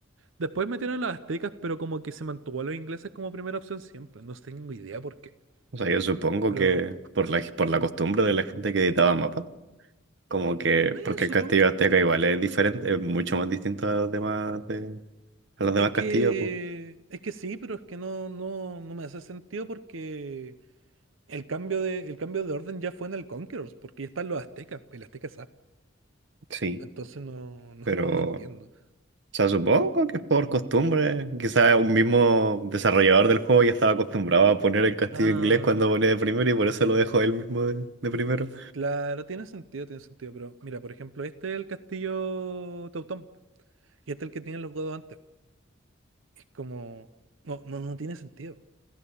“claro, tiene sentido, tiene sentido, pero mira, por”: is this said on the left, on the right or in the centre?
Right